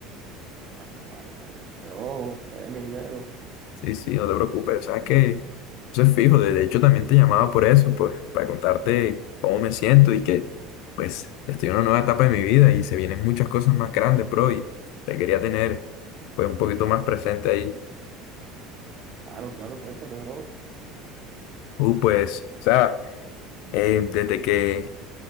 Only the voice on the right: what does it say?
Vale, vale, vale. Pero ojo, me debes mi dinero.
Claro, claro, cuéntame bro,